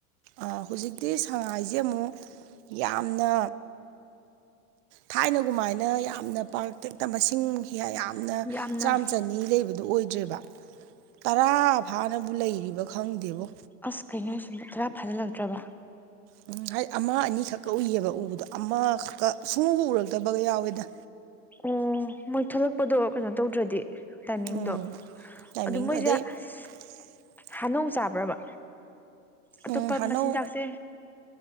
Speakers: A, on the right; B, in the centre.
A: ꯑ ꯍꯧꯖꯤꯛꯇꯤ ꯁꯉꯥꯏꯁꯦ ꯑꯃꯨꯛ ꯌꯥꯝꯅ ꯊꯥꯏꯅꯒꯨꯝꯃꯥꯏꯅ ꯌꯥꯝꯅ ꯄꯥꯛꯇꯛꯇ ꯃꯁꯤꯡ ꯌꯥ ꯌꯥꯝꯅ
B: ꯌꯥꯝꯅ
A: ꯆꯥꯝ ꯆꯅꯤ ꯂꯩꯕꯗꯣ ꯑꯣꯏꯗ꯭ꯔꯦꯕ ꯇꯔꯥ ꯐꯥꯅꯕꯨ ꯂꯩ ꯈꯪꯗꯦꯕꯨ
B: ꯑꯁ ꯀꯩꯅꯣ ꯍꯥꯏꯁꯤꯕꯣ ꯈꯔ ꯐꯥꯖꯤꯜꯂꯛꯇ꯭ꯔꯕ
A: ꯎꯝ ꯍꯥꯏ ꯑꯃ ꯑꯅꯤꯈꯛ ꯀꯛ ꯎꯏꯑꯕ ꯎꯕꯗꯣ ꯑꯃꯈꯛꯇ ꯁꯨꯡꯎꯨ ꯎꯔꯛꯇꯕꯒ ꯌꯥꯎꯋꯦꯗ
B: ꯑꯝ ꯑꯣ ꯃꯣꯏ ꯊꯣꯛꯂꯛꯄꯗꯣ ꯀꯩꯅꯣ ꯇꯧꯗ꯭ꯔꯗꯤ ꯇꯥꯏꯃꯤꯡꯗꯣ
A: ꯎꯝ ꯇꯥꯏꯃꯤꯡꯗꯣ
B: ꯑꯗꯨ ꯃꯣꯏꯁꯦ
A: ꯑꯗꯩ
B: ꯑꯁ
A: <inaudible>
B: ꯍꯥꯅꯣꯡ ꯆꯥꯕ꯭ꯔꯕ ꯑꯇꯣꯞꯄ
A: ꯎꯝ ꯍꯥꯅꯧ
B: ꯃꯆꯤꯟꯖꯥꯛꯁꯦ